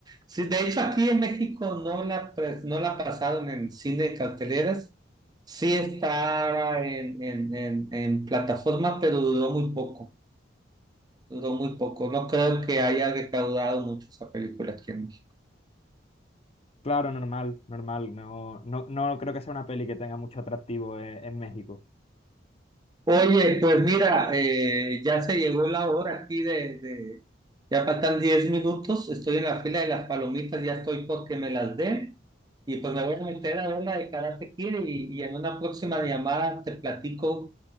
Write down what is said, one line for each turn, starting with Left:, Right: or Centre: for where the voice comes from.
Right: Sí, de hecho aquí en México no la, pres- no la pasaron en cine de carteleras. Sí estaba en, en, en, en plataforma, pero duró muy poco. Duró muy poco. No creo que haya recaudado mucho esa película aquí en México.
Left: Claro, normal, normal. No, no, no creo que sea una peli que tenga mucho atractivo en en México.
Right: Oye, pues mira, eh, ya se llegó la hora aquí de, de- ya faltan 10 minutos, estoy en la fila de las palomitas, ya estoy porque me las den, y pues me voy a meter a ver la de Karate Kid y, y en una próxima llamada te platico